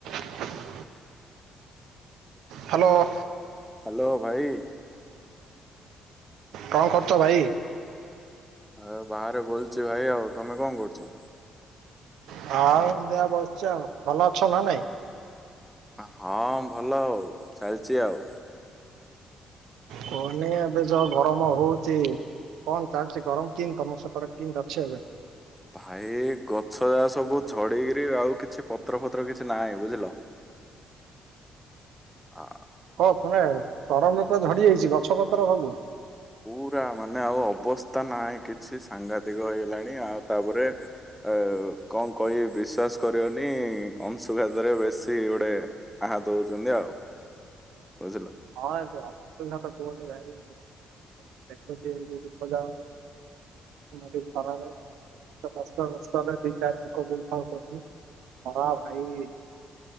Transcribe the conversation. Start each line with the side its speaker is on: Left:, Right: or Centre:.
Right: <inaudible> Hello.
Centre: Hello ଭାଇ।
Right: କଣ କରୁଛ ଭାଇ?
Centre: ଆଉ ବାହାରେ ବଇଛି ଭାଇ ଆଉ ତମେ କଣ କରୁଛ?
Right: ହଉ ହେତିଆ ବସିଛି ଆଉ ଭଲ ଅଛ ନା ନାଇଁ?
Centre: ହଁ ଭଲ ହଉ ଚାଲିଛି ଆଉ।
Right: କୁହନି ଏବେ ଯଉ ଗରମ ହଉଛି। କଣ ଚାଲିଛି ଗରମ କିନ୍ ତମ ସେପଟେ କିନ ଅଛି ଏବେ।
Centre: ଭାଇ ଗଛ ଯାହା ସବୁ ଝଡିକରି ଆଉ କିଛି ପତ୍ର ଫତ୍ର କିଛି ନାହିଁ ବୁଝିଲ। ଆ।
Right: <unintelligible> ଗରମ ତେ ଝଡିଯାଇଛି ଗଛ ପତ୍ର ସବୁ।
Centre: ପୁରା ମାନେ ଆଉ ଅବସ୍ଥା ନାହିଁ କିଛି ସାଂଘାତିକ ହେଇଗଲାଣି ଆଉ ତାପରେ ଆ କଣ କହିବି ବିଶ୍ଵାସ କରିବନି ଅଂଶୁଘାତରେ ବେଶୀ ଗୋଟେ ଆହା ଦଉଛନ୍ତି ଆଉ ବୁଝିଲ।
Right: ହଁ ଏବେ ଅଂଶୁଘାତ କୁହନି ଭାଇ। <unintelligible> ଖରା ବେଳେ। କଷ୍ଟ ମଷ୍ଟ ହେଲେ ଦି ଚାରି ଲୋକ ବୁଲଥାଉଛନ୍ତି ଖରା ଭାଇ